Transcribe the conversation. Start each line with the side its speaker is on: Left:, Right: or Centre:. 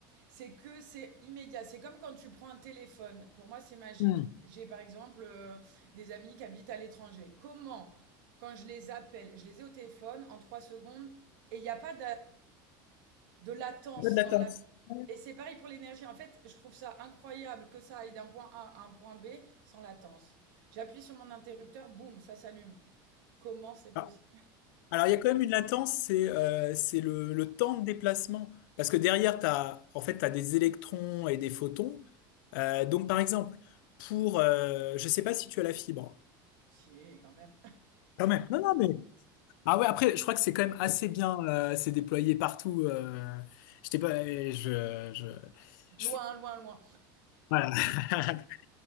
Right: C'est que c'est immédiat. C'est comme quand tu prends un téléphone. Pour moi, c'est magique.
Left: Hmm.
Right: J'ai par exemple euh, des amis qui habitent à l'étranger. Comment, quand je les appelle, je les ai au téléphone en trois secondes et il n'y a pas de latence
Left: Pas de
Right: dans la et c'est pareil pour l'énergie. En fait, je trouve ça incroyable que ça aille d'un point A à un point B sans latence. J'appuie sur mon interrupteur, boum, ça s'allume. Comment c'est possible?
Left: la Alors, il y a quand même une latence, c'est euh, c'est le, le temps de déplacement. Parce que derrière, t'as, en fait, t'as des électrons et des photons. Euh, donc, par exemple, pour, euh, je sais pas si tu as la fibre.
Right: Si, quand même.
Left: Quand même. Non, non, mais. Ah ouais, après, je crois que c'est quand même assez bien, euh, c'est déployé partout. Euh, je pas, je, je,
Right: <laughs>
Left: je-
Right: Loin, loin, loin.
Left: voilà. <laughs>